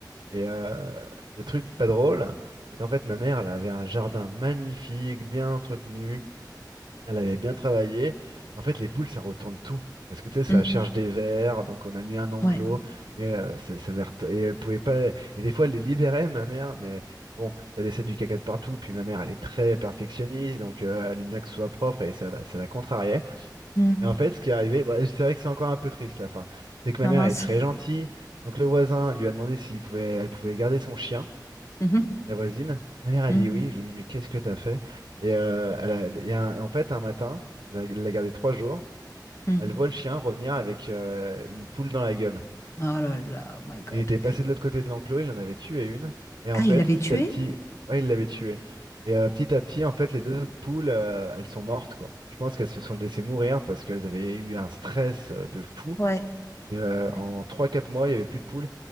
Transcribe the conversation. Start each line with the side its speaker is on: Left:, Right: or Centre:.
Right: Et euh, le truc pas drôle, c'est qu'en fait, ma mère, elle avait un jardin magnifique, bien entretenu. Elle avait bien travaillé. En fait, les poules, ça retourne tout. Parce que tu sais, ça
Left: Mmh.
Right: cherche des vers, donc on a mis un enclos,
Left: Ouais.
Right: mais euh, ça, ça avait retou- et elle pouvait pas. Et des fois, elle les libérait, ma mère, mais bon, ça laissait du caca de partout. Puis ma mère, elle est très perfectionniste, donc euh, elle aime bien que ce soit propre et ça, la- ça la contrariait.
Left: Mmh.
Right: Et en fait, ce qui est arrivé, bah, c'est vrai que c'est encore un peu triste la fin. C'est que
Left: Ah
Right: ma mère
Left: mince.
Right: est très gentille, donc le voisin lui a demandé s'il pouvait, elle pouvait garder son chien
Left: Mmh mh.
Right: la voisine. Ma mère a
Left: Mmh.
Right: dit oui. Je lui ai dit, mais qu'est-ce que t'as fait? Et, euh, elle a- et un- en fait, un matin, elle a- elle l'a gardé trois jours.
Left: Mmh.
Right: Elle voit le chien revenir avec euh, une poule dans la gueule.
Left: Oh là là, my god.
Right: Il était passé de l'autre côté de l'enclos, il en avait tué une. Et
Left: Ah,
Right: en fait,
Left: il l'avait
Right: petit
Left: tué?
Right: à petit, ouais, il l'avait tué. Et euh, petit à petit, en fait, les deux autres poules, euh, elles sont mortes, quoi. Je pense qu'elles se sont laissées mourir parce qu'elles avaient eu un stress euh, de fou.
Left: Ouais,
Right: Et, euh,
Left: ouais.
Right: en trois quatre mois, il n'y avait plus de poules.